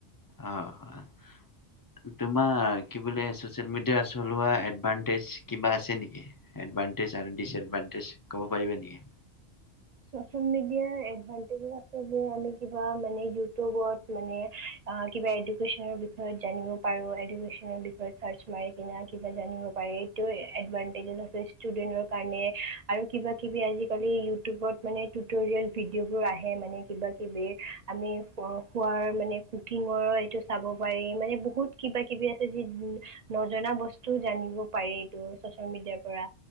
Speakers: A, on the left; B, on the right.
A: অহ তোমাৰ কি বোলে ছচিয়েল মিডিয়া চলোৱা এডভাণ্টেজ কিবা আছে নেকি এডভাণ্টেজ আৰু দিছএডভাণ্টেজ কব পাৰিবা নেকি
B: ছচিয়েল মিডিয়াৰ এডভাণ্টেজ আছে যে আমি কিবা মানে ইটিউবত মানে কিবা এডুকেশ্বনৰ বিষয়ে জানিব পাৰো এডুকেশ্বনৰ বিষয়ে চাৰ্চ মাৰি কিবা জানিব পাৰি এইটো এডভাণ্টেজ আছে ষ্টুডেণ্টৰ কাৰনে আৰু কিবা কিবি আজি কালি <inaudible> ইটিউবত মানে টিউটৰিয়েল ভিডিঅ' বোৰ আহে মানে কিবা কিবি আমি খোৱাৰ মানে কুকিঙৰ এইটো চাব পাৰি মানে বহুত কিবা কিবি আছে যি নজনা বস্তু জানিব পাৰি এইটো চচিয়েল মিডিয়াৰ পৰা